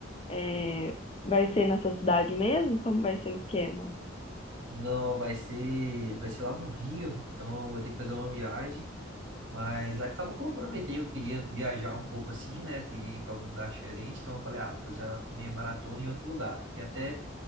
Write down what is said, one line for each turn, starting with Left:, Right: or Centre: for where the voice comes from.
Left: É, vai ser na sua cidade mesmo? Como vai ser o esquema?
Right: Não, vai ser, vai ser lá no Rio, então eu vou ter que fazer uma viagem, mas acaba que eu aproveitei, eu queria viajar um pouco assim, né? Queria ir para algum lugar diferente, então eu falei, ah, vou fazer a minha maratona em outro lugar. E até